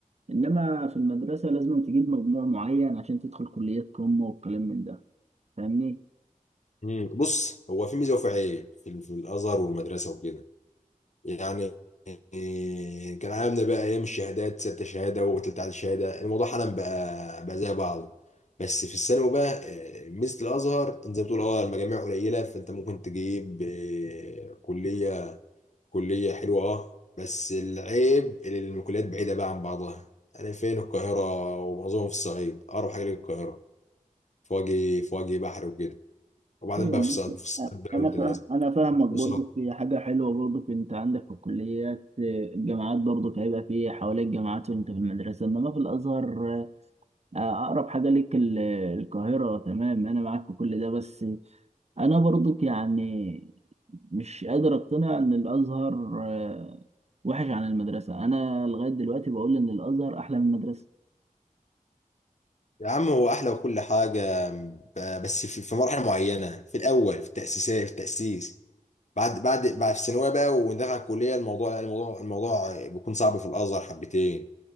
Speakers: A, on the right; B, on the left.
A: انما في المدرسه لازم تجيب مجموع معين عشان تدخل كليه قمه والكلام من ده فاهمني
B: مم. بص هو في ميزه وفي عيب في, في الازهر والمدرسه وكده يعني إيه، كان عاملنا بقى ايام الشهادات ستة شهاده وتلت عدد شهاده الموضوع حالا بقى بقى زي بعضه بس في الثانوي بقى إيه، ميزه الازهر انت زي ما بتقول اه المجاميع قليله فانت ممكن تجيب إيه، كليه كليه حلوه اه بس العيب إن الكليات بعيده بقى عن بعضها يعني فين القاهره ومعظمهم في الصعيد اقرب حاجه للقاهره فواجه فواجه بحر وكده وبعدين
A: ايوه
B: بقى
A: ماشي
B: في فصاد
A: أ-
B: بقى
A: انا
B: متنازل
A: فا... انا فاهمك برضو
B: فصاد
A: في حاجه حلوه برضو انت عندك في الكليات آه، الجامعات برضو هيبقى في حواليك جامعات وانت في المدرسه انما في الازهر آه، اقرب حاجه ليك ال- القاهره تمام انا معاك في كل ده بس انا برضو يعني مش قادر اقتنع ان الازهر آه، وحش عن المدرسه انا لغايه دلوقتي بقول ان الازهر احلى من المدرسه
B: يا عم هو احلى وكل حاجه ب- بس في في مراحل معينه في الاول في التاسيسيه في التاسيس بعد بعد بعد في الثانويه بقى وندخل الكليه الموضوع الموضوع الموضوع بيكون صعب في الازهر حبتين